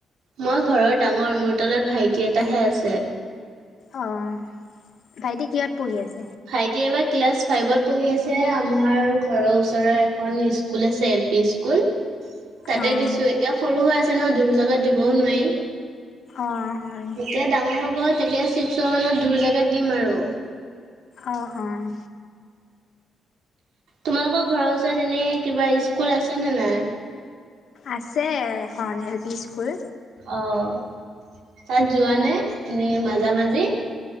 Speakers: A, on the right; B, on the left.
A: মই ঘৰৰ ডাঙৰ, মোৰ তলত ভাইটি এটাহে আছে।
B: অ' ভাইটি কিহত পঢ়ি আছে?
A: ভাইটি এইবাৰ ক্লাছ ফাইভত পঢ়ি আছে, আমাৰ ঘৰৰ ওচৰৰ এখন স্কুল আছে, এল পি স্কুল। তাতে
B: অ',
A: দিছো এতিয়া সৰু হৈ আছে। এতিয়া ন' দূৰ জাগাত দিবও নোৱাৰি।
B: অ'। হয়।
A: যেতিয়া ডাঙৰ হ'ব তেতিয়া ছিক্সৰ মানত দূৰ জেগাত দিম আৰু
B: অ', -অ'।
A: তোমালোকৰ ঘৰৰ ওচৰত এনে কিবা স্কুল আছে নে নাই?
B: আছে এখন এল পি স্কুল।
A: অহ। তাত যোৱা নে এনেই মাজে মাজা-মাজি।